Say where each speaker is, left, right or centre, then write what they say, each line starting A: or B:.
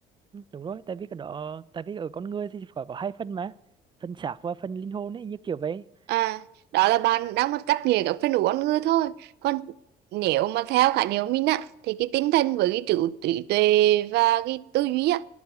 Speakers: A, on the right (about 30°); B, on the right (about 75°).
A: ừ, đúng rồi tại vì cái đó tại vì ở con người thì phải có hai phần mà phần xác và phần linh hồn ấy như kiểu vậy
B: À, đó là bạn đang một cách nghĩa các phần ứng con người thôi. Còn nếu mà theo khái niệm mình á, thì cái tinh thần với cái trí trí tuệ và cái tư duy á,